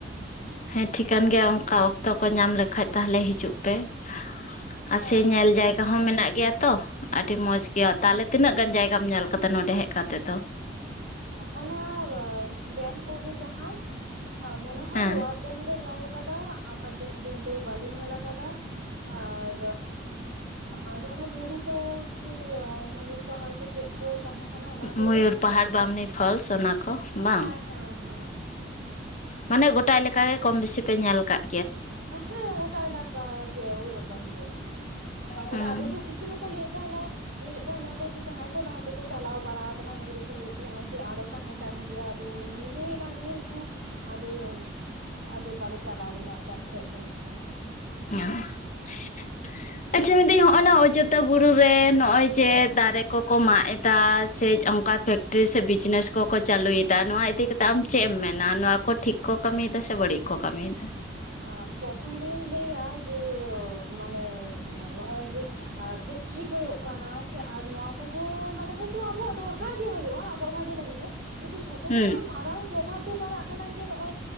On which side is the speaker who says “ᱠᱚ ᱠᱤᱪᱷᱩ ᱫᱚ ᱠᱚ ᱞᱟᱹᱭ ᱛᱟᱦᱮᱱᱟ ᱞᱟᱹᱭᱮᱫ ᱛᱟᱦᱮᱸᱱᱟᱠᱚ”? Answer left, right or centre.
Right